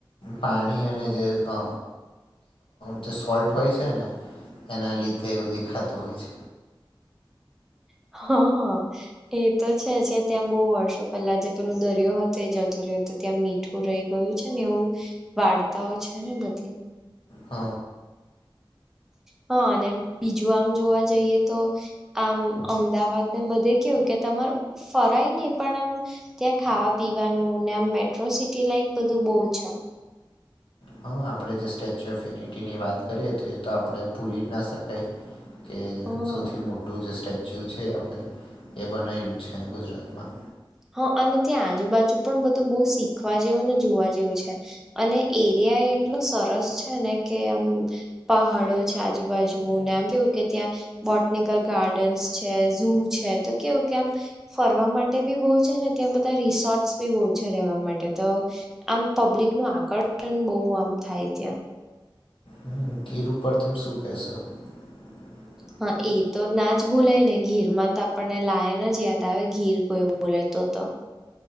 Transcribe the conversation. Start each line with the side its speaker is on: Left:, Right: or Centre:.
Left: પાણી અને જે અ જે સોલ્ટ હોય છે, ને એના લીધે એવું દેખાતું હોય છે.
Centre: હ હ. એ તો છે, જે ત્યાં બો વર્ષો પહેલા જે પેલું દરિયો હતો એ જતો રહ્યો હતો ત્યાં મી ઠું રહી ગયું છે, ને એવું વાર્તાઓ છે, ને બધી
Left: હ.
Centre: હ અને બીજું આમ જોવા જઈએ તો આમ અમદાવાદ ને બધે કેવું કે તમાર ફરાય ની પણ આમ ત્યાં ખાવા પીવાનુંને આમ મેટ્રો સિટી લાઈક બધું બો છે.
Left: હા આપણે જે સ્ટેચ્યુ ઓફ યુનિટીની વાત કરીએ તો એ તો આપણે ભૂલી જ ના શકાય. કે
Centre: હમ
Left: સૌથી મોટું જે સ્ટેચ્યુ છે, આપણેે એ બનાયલું છે, ગુજરાતમાં
Centre: હ અને ત્યાં આજુબાજુ પણ બધું બો શીખવા જેવું ને જોવા જેવું છે. અને એરિયા એટલો સરસ છે, ને કે આમ પહાડો છે, આજુબાજુને એમ કેવું કે ત્યાં બોટનિકલ ગાર્ડન્સ છે, ઝુ છે, તો કેવું કે આમ ફરવા માટે બી બો છે, ને ત્યાં બધા રિસોર્ટ બી બો છે, રહેવા માટે તો આમ પબ્લિકનું આકર્ષણ બો આમ થાય ત્યા
Left: હમ ગીર ઉપર તમે શું કેશો? હ <unintelligible>
Centre: હા એ તો ના જ ભૂલાય ને ગીરમાં તો આપણને લાયન જ યાદ આવે ગીર કોઈ બોલે તો તો